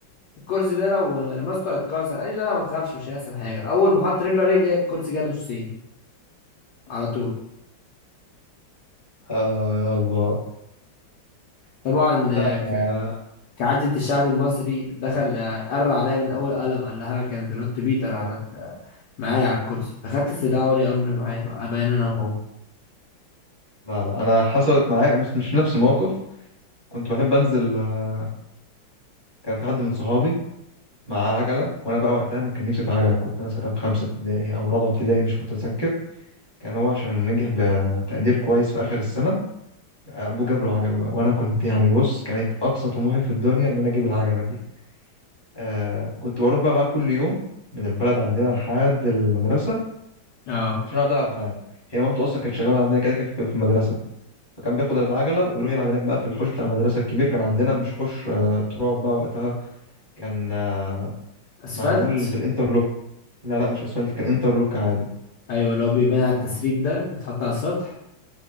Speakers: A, on the left; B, on the left.
A: الكرسي ده لو لمسته هيتكسر قال لي لا لا ما تخافش مش هيحصل حاجة أول ما حط رجله عليه جه- الكرسي جه نصين على طول
B: آه يا الله
A: طبعا
B: لا
A: آه،
B: انا
A: ك- كعادة الشعب المصري دخل آه، قر عليا من أول قلم قال لها كان بينط بيتر على معايا على الكرسي فخدت استدعاء ولي امر معايا بقى ابان انا وهو
B: لا لا انا حصلت معايا مش مش نفس الموقف كنت بحب انزل آه، كان في حد من صحابي معاه عجله وانا بقى وقتها انا كان نفسي في عجله كنت انا ساعتها في خمسه ابتدائي او رابعه ابتدائي مش متذكر كان هو عشان نجح بتقدير كويس في اخر السنه ابوه جاب له عجله بقى وانا كنت يعني بص كانت اقصى طموحي في الدنيا ان انا اجيب العجله دي آه كنت بروح بقى معاه كل يوم من البلد عندنا لحد المدرسه
A: اه
B: عشان اقعد العب معاه هي مامته اصلا كانت شغاله عندنا كده كده في في المدرسه فكان بياخد العجله ويروح يلعب هناك بقى في الحوش بتاع المدرسه الكبير كان عندنا مش حوش آه تراب بقى وقتها كان آه
A: اسفلت
B: معمول بالانترلوك لا لا مش اسفلت كان انترلوك عادي
A: ايوه اللي هو بيبان على التسريب ده اللي اتحط على السطح